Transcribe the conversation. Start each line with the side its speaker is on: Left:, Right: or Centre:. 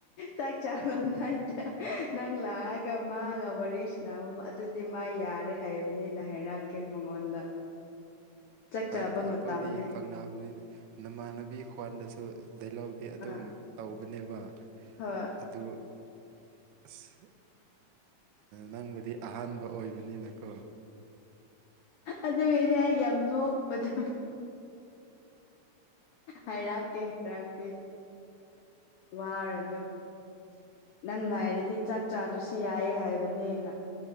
Left: ꯆꯥꯛ ꯆꯥꯂꯣꯅꯏꯇ ꯅꯪ ꯂꯥꯛꯑꯒ ꯃꯥꯒ ꯋꯥꯔꯤꯁꯤꯅ ꯑꯗꯨꯗꯤ ꯃꯥ ꯌꯥꯔꯦ ꯍꯥꯏꯕꯅꯤꯅ ꯍꯥꯏꯔꯛꯀꯦ ꯃꯉꯣꯟꯗ ꯆꯥꯛ
Right: ꯍꯥꯏꯕꯗꯤ
Left: ꯆꯥꯕ
Right: ꯑꯩꯈꯣꯏꯗꯤ
Left: ꯃꯇꯝꯗꯤ
Right: ꯈꯪꯅꯕꯅꯤꯅ ꯅꯃꯥꯟꯅꯕꯤ ꯈꯣꯟꯗꯁꯨ ꯑꯗꯨ ꯗꯥꯏꯂꯣꯛꯇꯤ ꯑꯗꯨꯝ
Left: ꯑ
Right: ꯇꯧꯕꯅꯦꯕ
Left: ꯍꯣꯏ
Right: ꯑꯗꯨ ꯑꯁ ꯅꯪꯕꯨꯗꯤ ꯑꯍꯥꯟꯕ ꯑꯣꯏꯕꯅꯤꯅꯀꯣ
Left: ꯑꯗꯨꯒꯤꯅꯦ ꯑꯩ ꯌꯥꯝ ꯅꯣꯛꯄꯗ ꯍꯥꯏꯔꯛꯀꯦ <unintelligible> ꯋꯥꯔ ꯑꯗꯨ
Right: <inaudible>
Left: ꯅꯪ ꯂꯥꯏꯔꯗꯤ ꯆꯥꯛ ꯆꯥꯗꯔꯥꯁꯨ ꯌꯥꯏꯌꯦ ꯍꯥꯏꯕꯅꯦꯅ